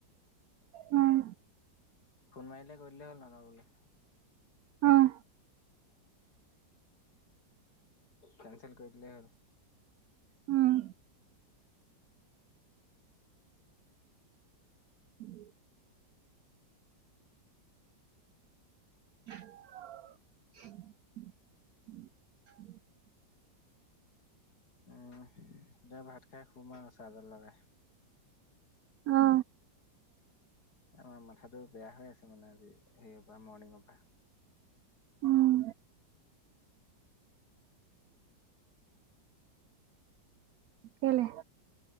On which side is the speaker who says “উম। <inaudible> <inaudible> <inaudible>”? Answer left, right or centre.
Right